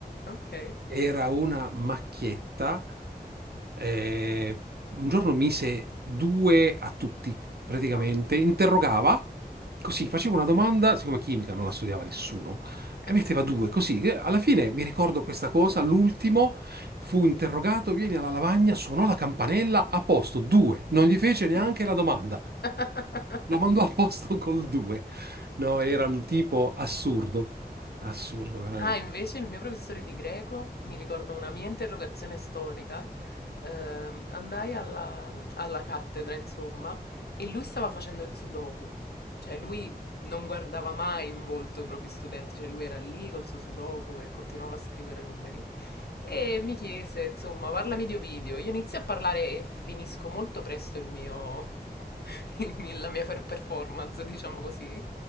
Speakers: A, on the left; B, on the right.
A: ok,
B: era una macchietta. eh, un giorno mise due a tutti, praticamente.
A: wow.
B: Interrogava, così faceva una domanda, siccome chimica non la studiava nessuno,
A: <laughs>
B: e metteva due, così. eh, Alla fine mi ricordo questa cosa, l'ultimo fu interrogato, vieni alla lavagna, suonò la campanella, a posto, due. Non gli fece
A: Uh.
B: neanche la domanda.
A: <laughs>
B: Lo mandò a posto col due. No, era un tipo assurdo, assurdo veramente.
A: Ah, invece il mio professore di greco, mi ricordo una mia interrogazione storica, ehm, andai alla, alla cattedra, insomma, e lui stava facendo il sudoku. Cioè, lui non guardava mai in volto i propri studenti, cioè lui era lì col suo sudoku e continuava a scrivere numeri. E mi chiese, insomma, parlami di Ovidio. Io inizio a parlare e finisco molto presto il mio, <laughs> il mi- la mia per- performance, diciamo così.